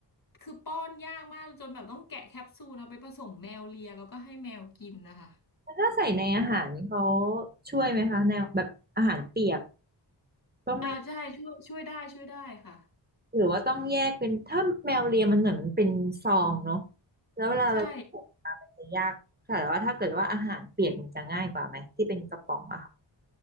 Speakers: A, on the left; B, on the right.
A: คือป้อนยากมากจนแบบต้องแกะแคปซูลเอาไปผสมแมวเลียแล้วก็ให้แมวกินนะคะ
B: ถ้าใส่ในอาหารเขาช่วยไหมคะแนวแบบอาหารเปียกก็ไม่
A: อ่าใช่ช่วยช่วยได้ช่วยได้ค่ะ
B: หรือว่าต้องแยกเป็นถ้าแมวเลียมันเหมือนมันเป็นซองเนาะแล้วเวลาเราปลูกมามันจะยากค่ะแต่ว่าถ้าเกิดว่าอาหารเปียกมันจะง่ายกว่าไหมที่เป็นกระป๋องอะค่ะ
A: ใช่